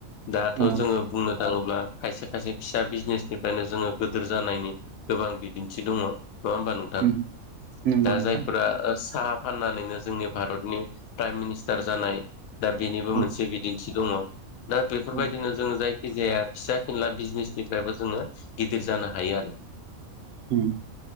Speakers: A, on the left; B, on the right.
A: दाथ'
B: औ
A: जोङो बुंनो थाङोब्ला खायसे खायसे फिसा बिजनेसनिफायनो जोङो गोदोर जानायनि गोबां बिदिन्थि दङ'। नङा होमबा नोंथां?
B: उम नंगौ
A: दा
B: नोंथां
A: जायफोरा साहा फाननानैनो जोंनि भारतनि प्राइम मिनिस्टार जानाय। दा बेनिबो
B: औ
A: मोनसे बिदिन्थि दङ‌'। दा बेफोरबाय
B: औ
A: जों जायखि जाया फिसा फिनला बिजनेसनिफ्रायबो जोङो गिदिर जानो हायो आरो।
B: उम।